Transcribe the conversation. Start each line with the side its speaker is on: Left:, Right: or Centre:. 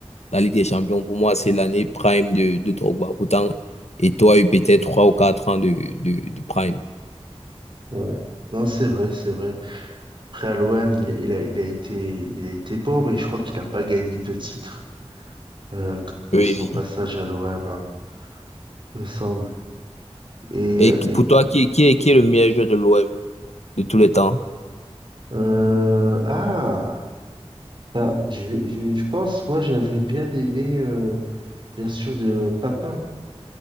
Left: La Ligue des Champions, pour moi, c'est l'année prime de, de Drogba. Pourtant, et toi, a eu peut-être trois ou quatre ans de, de, de prime.
Right: Ouais. Non, c'est vrai, c'est vrai. Après, à l'OM, il, il a, il a été, il a été bon, mais je crois qu'il n'a pas gagné de titre euh, de
Left: Oui,
Right: son passage
Left: oui.
Right: à l'OM, hein, me semble. Et,
Left: Et
Right: euh,
Left: qui-
Right: et
Left: pour toi, qui, est- qui est, qui est le meilleur joueur de l'OM de tous les temps?
Right: euh, ah, ah, je, je, je pense, moi, j'avais bien aimé, euh, bien sûr, de Papin,